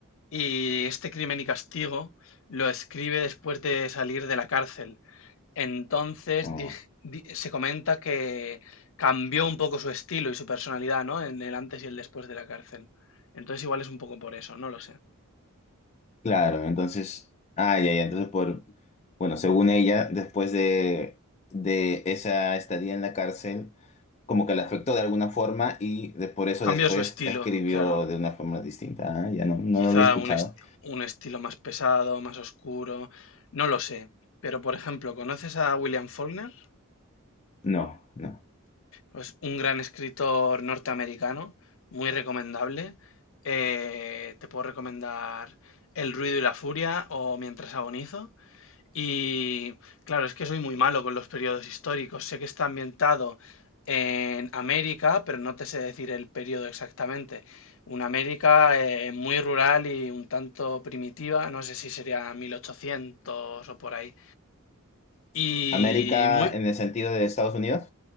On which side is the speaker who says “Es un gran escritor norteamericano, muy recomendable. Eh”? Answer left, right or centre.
Left